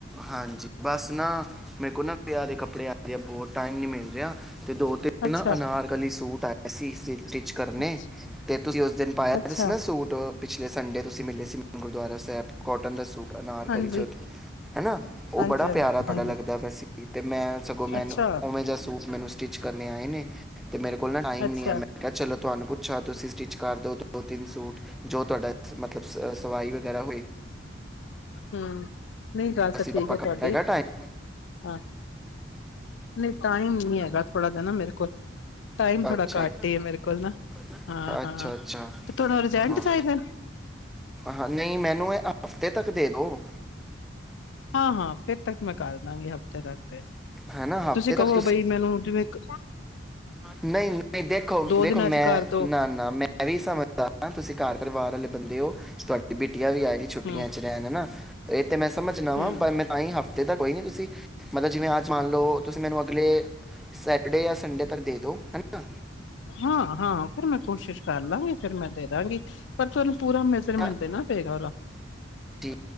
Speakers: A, in the centre; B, on the left.
A: ਹਾਂਜੀ ਬਸ ਨਾ ਮੇਰੇ ਕੋ ਨਾ ਵਿਆ ਦੇ ਕੱਪੜੇ ਆ ਆ ਬਹੁਤ ਟਾਈਮ ਨ ਮਿਲ ਜੇਆ ਤੇ ਦੋ ਤਿੰਨ
B: ਅੱਛਾ
A: ਨਾ ਅਨਾਰਕਲੀ ਸੂਟ ਆਏ ਸੀ। ਸਟਿਚ ਕਰਨੇ
B: ਅੱਛਾ
A: ਤੇ ਤੁਸੀਂ ਉਸ ਦਿਨ ਪਾਇਆ
B: ਅੱਛਾ,
A: ਸੀ ਨਾ ਸੂਟ ਪਿਛਲੇ ਸੰਡੇ ਤੁਸੀਂ ਮਿਲੇ ਸੀ ਮੈਨੂੰ ਗੁਰਦੁਆਰਾ ਸਾਹਿਬ ਕੋਟਨ ਦਾ ਸੂਟ ਅਨਾਰਕਲੀ
B: ਹਾਂਜੀ
A: ਚ ਹਨਾ ਉਹ
B: ਹਾਂਜੀ
A: ਬੜਾ
B: ਹਾਂਜੀ
A: ਪਿਆਰਾ ਤੁਹਾਡਾ
B: ਹਾਂਜੀ
A: ਲੱਗਦਾ ਪਿਆ ਸੀ। ਤੇ ਮੈਂ ਸਗੋਂ ਮੈਨੂੰ
B: ਅੱਛਾ
A: ਉਵੇਂ ਜ ਸੂਟ ਮੈਨੂੰ ਸਟਿਚ ਕਰ ਨੇ ਆਏ ਨੇ ਤੇ ਮੇਰੇ ਕੋਲ ਨਾ ਟਾਈਮ
B: ਅੱਛਾ
A: ਨੀ ਮੈਂ ਕਿਹਾ ਚਲੋ ਤੁਹਾਨੂੰ ਪੁੱ ਅੱਛਾ ਤੁਸੀਂ ਸਟਿੱਚ ਕਰ ਦਿਉ ਦੋ ਤਿੰਨ ਸੂਟ ਜੋ ਤੁਹਾਡਾ ਮਤਲਬ ਸ ਸਵਾਈ ਵਗੈਰਾ ਹੋਏ
B: ਹੂੰ। ਨਹੀਂ ਗੱਲ
A: ਅਸੀਂ
B: ਤਾਂ ਠੀਕ
A: ਆਪਾਂ
B: ਹੈ
A: ਕਰ-
B: ਤੁਹਾਡੀ,
A: ਹੈਗਾ ਟਾਈਮ
B: ਹਾਂ ਨਹੀਂ ਟਾਈਮ ਨੀ ਹੈਗਾ ਥੋੜ੍ਹਾ ਜ ਨਾ ਮੇਰੇ ਕੋਲ। ਟਾਈਮ ਥੋੜ੍ਹਾ
A: ਅੱਛਾ
B: ਘੱਟ ਹੀ ਏ ਮੇਰੇ ਕੋਲ ਨਾ,
A: ਨਾ
B: ਹਾਂ
A: ਅੱਛਾ
B: ਹਾਂ
A: ਅੱਛਾ
B: ਤੇ ਤੁਹਾਨੂੰ ਡਿਜਾਇਨ
A: ਹਾਂ
B: ਚ ਚਾਹੀਦੇ ਨੇ
A: ਹਾਂ ਨਹੀਂ ਮੈਨੂੰ ਇਹ ਹਫਤੇ ਤੱਕ ਦੇ ਦਿਓ
B: ਹਾਂ ਹਾਂ ਫਿਰ ਤੱਕ ਮੈਂ ਕਰ ਦਵਾਗੀ ਹਫ਼ਤੇ ਤੱਕ ਤੇ
A: ਹੈਨਾ ਹਫਤੇ
B: ਤੁਸੀਂ ਕਹੋ
A: ਤੱਕ
B: ਬਈ ਮੈਨੂੰ ਜਿਵੇਂ ਇੱਕ
A: ਨਹੀਂ ਨਹੀਂ ਦੇਖੋ ਦੇਖੋ
B: ਦਿਨਾਂ
A: ਮੈਂ
B: ਚ ਕਰਦੋ
A: ਨਾ ਨਾ ਮੈਂ ਵੀ ਸਮਝਦਾਰ ਆ ਤੁਸੀਂ ਘਰ ਪਰਿਵਾਰ ਵਾਲੇ ਬੰਦੇ ਦੇ ਓ। ਤੁਹਾਡੀ ਬੇਟੀ ਬਿਟੀਆ ਵੀ ਆਏਗੀ ਛੁੱਟੀਆਂ
B: ਹੂੰ
A: ਚ ਰਹਿਣ ਨਾ ਤੇ ਤੇ ਮੈਂ ਸਮਝ ਨਾ ਵਾਂ
B: ਹੂੰ
A: ਪਰ ਮੈਂ ਤਾਂ ਹੀ ਹਫ਼ ਏ ਤਾਂ ਕੋਈ ਨੀ ਤੁਸੀਂ ਮਤਲਬ ਜਿਵੇਂ ਅੱਜ ਮੰਨ ਲਓ ਤੁਸੀਂ ਮੈਨੂੰ ਅਗਲੇ ਸੈਟਰਡੇ ਜਾਂ ਸੰਡੇ ਦੇ ਦੋ। ਹਨਾ
B: ਹਾਂ-ਹਾਂ ਫਿਰ ਮੈਂ ਕੋਸ਼ਿਸ਼ ਕਰ ਲਾਂਗੀ ਫੇਰ ਮੈਂ ਦੇ ਦਾਂਗੀ ਪਰ ਤੁਹਾਨੂੰ ਪੂਰਾ ਮੈਜਰਮੈਂਟ
A: ਜਾਂ
B: ਦੇਨਾ ਓਹਦਾ
A: ਜੀ